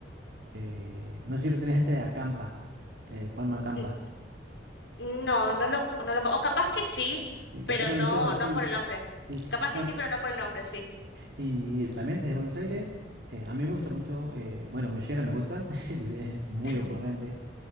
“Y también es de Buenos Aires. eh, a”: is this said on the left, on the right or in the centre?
Right